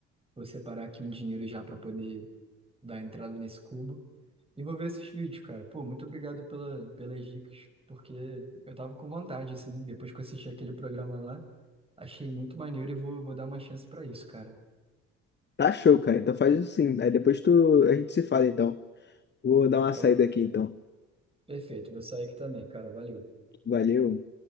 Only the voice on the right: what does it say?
Vou separar aqui um dinheiro já para poder dar entrada nesse cubo. E vou ver esses vídeos, cara. Pô, muito obrigado pela, pelas dicas, porque eu tava com vontade, assim, depois que eu assisti aquele programa lá, achei muito maneiro e vou, vou dar uma chance pra isso, cara.
Então,
perfeito, vou sair aqui também, cara. Valeu.